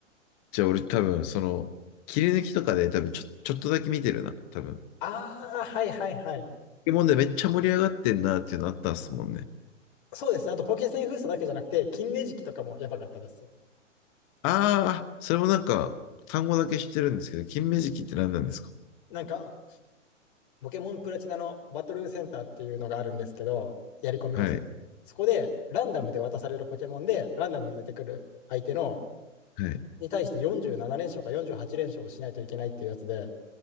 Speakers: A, on the left; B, on the left.
A: じゃあ俺多分、その、切り抜きとかで多分ちょ、ちょっとだけ見てるな、多分。ポ
B: ああ、はいはいはい。
A: ケモンでめっちゃ盛り上がってんなっていうのあったんですもんね。
B: そうですね。あと、ポケセン封鎖だけじゃなくて、金ネジキとかもやばかったです。
A: ああ、それもなんか、単語だけ知ってるんですけど、金目鯽って何なんですか
B: なんか、ポケモンプラチナのバトルセンターっていうのがあるんですけど、やり込み要素。
A: はい、
B: そこでランダムで渡されるポケモンで、ランダムに出てくる相手の
A: はい、
B: に対して47連勝か48連勝をしないといけないっていうやつで、